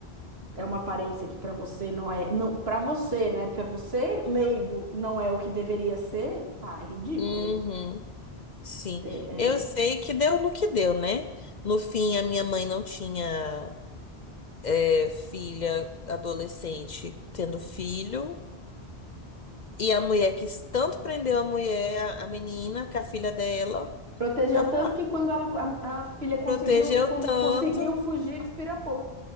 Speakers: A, on the right; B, on the left.
A: é uma aparência que para você não é, não, para você, né? Para você, leigo, não é o que deveria ser, pá, é ridículo.
B: Uhum, sim.
A: É, é.
B: Eu sei que deu no que deu, né? No fim, a minha mãe não tinha é, filha adolescente tendo filho. E a mulher que tanto prendeu a mulher, a a menina, que a filha dela,
A: Protegeu
B: tava
A: tanto
B: lá.
A: que quando ela, a, a filha conseguiu
B: Protegeu
A: con-
B: tanto,
A: conseguiu fugir, despiracou.